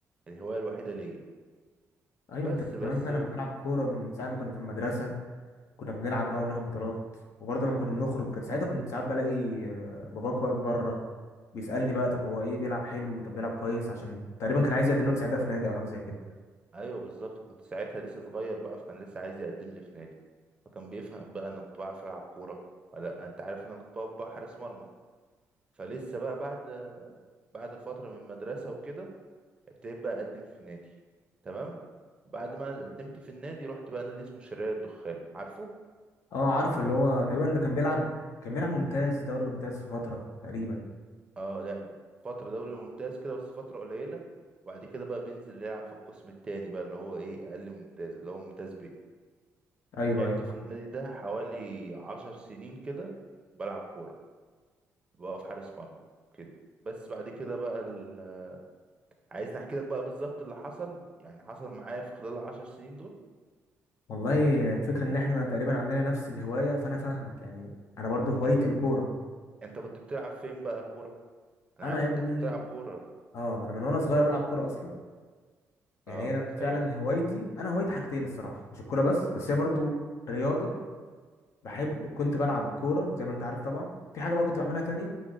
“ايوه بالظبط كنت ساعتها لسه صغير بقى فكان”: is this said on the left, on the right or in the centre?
Right